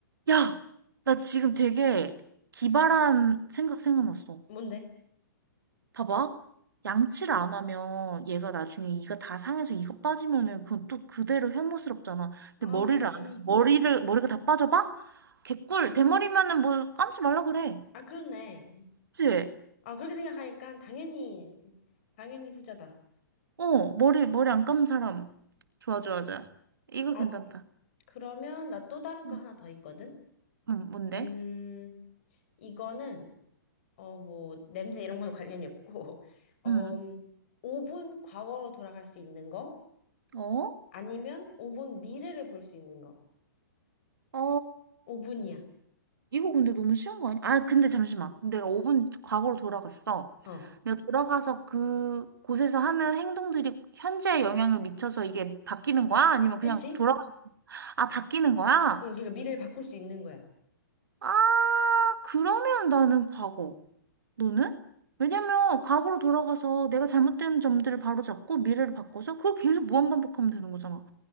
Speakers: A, on the right; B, on the left.
A: 야! 나 지금 되게 기발한 생각 생각났어.
B: 뭔데?
A: 봐봐. 양치를 안 하면 얘가 나중에 이가 다 상해서 이가 빠지면은 그건 또 그대로 혐오스럽잖아.
B: 아,
A: 근데 머리를
B: 그지.
A: 안 해서 머리를, 머리가 다 빠져봐? 개꿀. 대머리면은 뭐 감지 말라 그래.
B: 아, 그렇네.
A: 그치?
B: 아, 그렇게 생각하니까 당연히, 당연히 후자다.
A: 어, 머리, 머리 안 감은 사람. 좋아, 좋아, 좋아. 이거
B: 어,
A: 괜찮다.
B: 그러면 나 또 다른
A: 응,
B: 거 하나 더 있거든?
A: 응, 뭔데?
B: 음, 이거는, 어, 뭐, 냄새 이런 건 관련이 없고, <laughs> 어,
A: 응.
B: 오 분 과거로 돌아갈 수 있는 거?
A: 어?
B: 아니면 오 분 미래를 볼 수 있는 거?
A: 어,
B: 오 분이야
A: 이거 근데 너무 쉬운 거 아니야? 아, 근데 잠시만. 내가 5분 과거로 돌아갔어.
B: 어.
A: 내가 돌아가서 그 곳에서 하는 행동들이 현재에 영향을 미쳐서 이게 바뀌는 거야? 아니면 그냥
B: 그치?
A: 돌아, 아, 바뀌는 거야?
B: 응, 그러니까 미래를 바꿀 수 있는 거야.
A: 아, 그러면 나는 과거. 너는? 왜냐면 과거로 돌아가서 내가 잘못된 점들을 바로잡고 미래를 바꿔서 그걸 계속 무한반복하면 되는 거잖아.